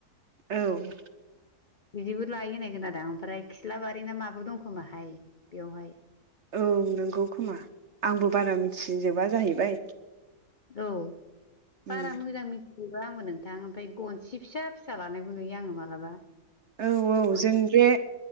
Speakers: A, on the right; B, on the left.
A: औ।
B: बिदिबो लायो होनाय खोनादां ओमफ्राय खिलाबारि ना माबो दंखोमाहाय बेयावहाय
A: औ नंगौ खोमा आंबो बारा मिथिजोबा जाहैबाय।
B: औ
A: उम
B: बारा मोजां मिथि बेब आंबो नोंथां ओमफ्राय गनसि फिसा फिसा लानायबो नुयो आङो मालाबा
A: औ औ
B: गनसि
A: जों बे